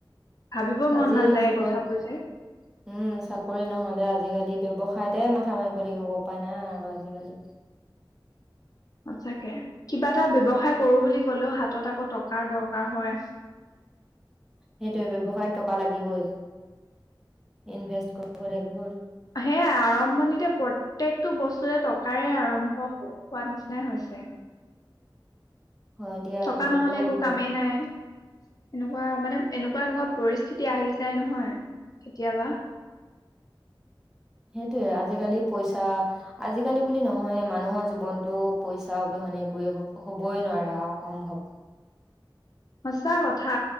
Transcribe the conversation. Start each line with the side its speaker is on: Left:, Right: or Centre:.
Left: ভাবিব মন
Centre: আজিৰ
Left: নাযায়
Centre: যুগত,
Left: কথাবোৰ যে
Centre: উম, চাকৰি নহ'লে আজিকালি ব্যৱ <unintelligible> মাথা মাৰিব লাগিব। উপায় নাই, আৰু আজিকালি।
Left: সছাঁকে, কিবা এটা ব্যৱসায় কৰোঁ বুলি কলেও, হাতত আকৌ টকাৰ দৰকাৰ হয়।
Centre: সেইটোৱে ব্যৱসায়ত টকা লাগিবই, ইনভেষ্ট কৰিব লাগিবই।
Left: সেয়াই আৰম্ভণিতে প্ৰ প্ৰত্যেকটো বস্তুৱে, টকাৰে আৰম্ভ হোৱা নিচিনাই হৈছে।
Centre: হয় দিয়া
Left: টকা
Centre: সেইটোতো
Left: নহ'লে, একো
Centre: হয়
Left: কামেই নাই। এনেকুৱা মানে, এনেকুৱা-এনেকুৱা পৰিস্থিতি আহি যায় নহয় কেতিয়াবা,
Centre: সেইটোৱেই আজিকালি পইচা, আজিকালি বুলি নহয়, মানুহৰ জীৱনতটো পইচা অবিহনে একোৱেই হবই নোৱাৰে আৰু অসম্ভৱ।
Left: সঁচা কথা,